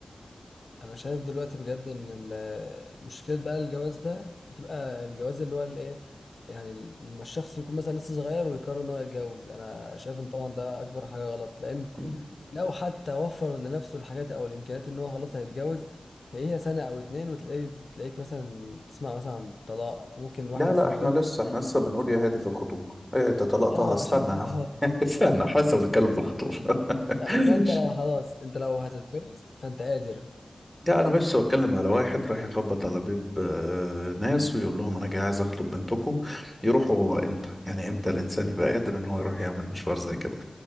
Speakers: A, on the left (about 55°); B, in the centre.
A: انا شايف دلوقتي بجد ان ال- مشكله بقى الجواز ده بتبقى الجواز اللي هو الايه يعني لما الشخص يكون مثلا لسه صغير ويقرر ان هو يتجوز انا شايف ان طبعا ده اكبر حاجه غلط لان
B: مم.
A: لو حتى وفر لنفسه الحاجات او الامكانيات ان هو خلاص هيتجوز هي سنه او اتنين وتلاقيه تلاقيك مثلا تسمع مثلا عن طلاق ممكن واحد
B: لا
A: لسه
B: لا احنا
A: متجوز
B: لسه
A: جديد.
B: احنا لسه بنقول يا هادي في الخطوبة ايه انت طلقتها
A: اه
B: استنى
A: عشان كده
B: يا عم
A: اه
B: <laughs> استنى احنا لسه بنتكلم في الخطوبة
A: آه، اللي هو انت
B: <laughs>
A: لو خلاص انت لو هتتجوز فانت قادر
B: لا انا بس بتكلم على واحد راح يخبط على بيب آه، ناس ويقول لهم انا جاي عايز اخطب بنتكم يروحوا هو امتى يعني امتى الانسان يبقى قادر ان هو يروح يعمل مشوار زي كده